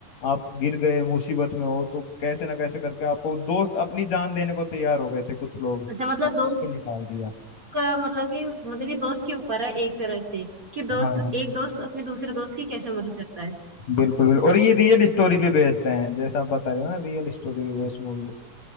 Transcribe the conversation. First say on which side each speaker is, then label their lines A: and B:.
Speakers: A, on the left (about 60°); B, on the right (about 25°).
A: आप गिर गए मुसीबत में हो तो कैसे ना कैसे करके आपको दोस्त अपनी जान देने को तैयार हो गए थे कुछ लोग
B: अच्छा मतलब
A: उसको
B: दोस्त
A: निकाल दिया
B: का मतलब कि मतलब कि दोस्त के ऊपर है एक तरह से कि दोस्त
A: हाँ
B: एक दोस्त अपने दूसरे दोस्त की कैसे मदद करता है
A: बिल्कुल बिल्कुल और ये रियल स्टोरी पे बेस्ड है जैसा आप बता रहे हो ना रियल स्टोरी पे बेस्ड मूवीज